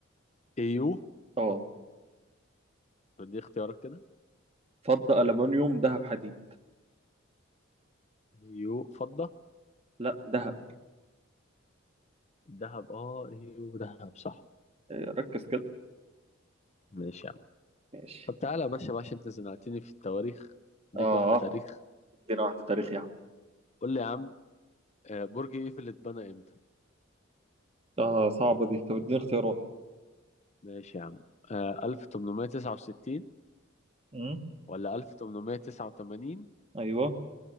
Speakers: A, on the left; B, on the right.
A: ايو
B: اه
A: دي اختيارات كده
B: فضة ألمنيوم ذهب حديد
A: ايو فضة
B: لا ذهب
A: دهب اه ايو دهب صح
B: آه، ركز كده
A: ماشي يا عم
B: ماشي
A: طب تعالى يا باشا بقى عشان انت زنقتني في التواريخ اديك
B: اه
A: واحدة تاريخ
B: ادينا واحدة تاريخ يا عم
A: قول لي يا عم آه، برج ايفل اتبنى امتى
B: اه صعبة دي طب اديني اختيارات
A: ماشي يا عم آه، 1869
B: امم
A: ولا 1889
B: ايوه